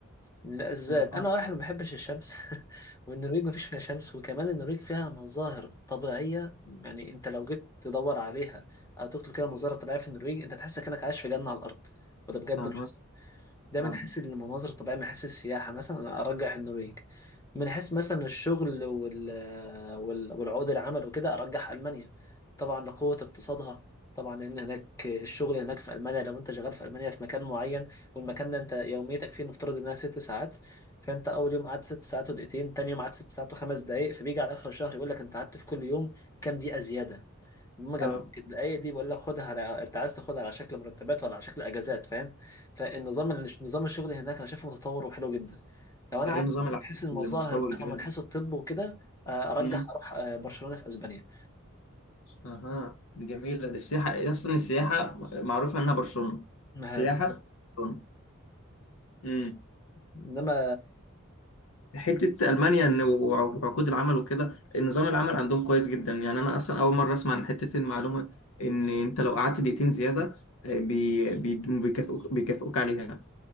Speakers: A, on the left; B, on the left.
A: لأسباب
B: اها
A: أنا واحد ما بحبش الشمس <laughs> والنرويج ما فيش فيها شمس وكمان النرويج فيها مظاهر طبيعية يعني أنت لو جيت تدور عليها أو تكتب كده مظاهر طبيعية في النرويج أنت تحس كأنك عايش في جنة على الأرض وده بجد
B: اها
A: مش ده
B: فاهم.
A: من حيث المناظر الطبيعية من حيث السياحة مثلا أنا أرجح النرويج من حيث مثلا الشغل وال... وال... والعقود العمل وكده أرجح ألمانيا طبعا لقوة اقتصادها طبعا لأن هناك الشغل هناك في ألمانيا لو أنت شغال في ألمانيا في مكان معين والمكان ده أنت يوميتك فيه نفترض إنها ست ساعات فأنت أول يوم قعدت ست ساعات ودقيقتين تاني يوم قعدت ست ساعات وخمس دقايق فبيجي على آخر الشهر يقول لك أنت قعدت في كل يوم كام دقيقة زيادة بما جمعت
B: اه
A: الدقايق دي بقول لك خدها على أنت عايز تاخدها على شكل مرتبات ولا على شكل أجازات فاهم فالنظام نظام الشغل هناك انا شايفه متطور وحلو جدا لو انا
B: ده
A: عايز
B: ايه نظام العالم
A: من حيث المظاهر
B: المتطور
A: بقى
B: الجديد
A: ومن حيث
B: ده
A: الطب وكده آه، ارجح
B: مم.
A: اروح آه، برشلونه في اسبانيا
B: اها دي جميله دي السياحه اصلا السياحه معروفه انها برشلونه
A: آه،
B: سياحه
A: بالظبط
B: برشلونه امم
A: انما
B: حتة ألمانيا إن وعقود العمل وكده نظام العمل عندهم كويس جدا يعني أنا أصلا أول مرة أسمع عن حتة المعلومة إن أنت لو قعدت دقيقتين زيادة آه، بي بي بيكافئوك بيكافئوك عليها